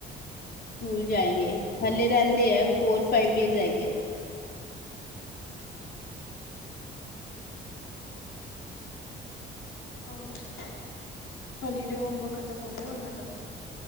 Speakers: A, on the left; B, on the left.
A: ਸਕੂਲ ਜਾਏਗੇ ਹਲੇੇ ਰਹਿੰਦੇ ਹੈ ਫੋਰ ਫਾਈਵ ਡੇਜ਼ ਹੈਗੇ ਹੈ।
B: ਹੋਰ ਹੋਲੀਡੇ ਹੋਮਵਰਕ ਖਤਮ ਹੋ ਗਿਆ ਉਹਨਾਂ ਦਾ।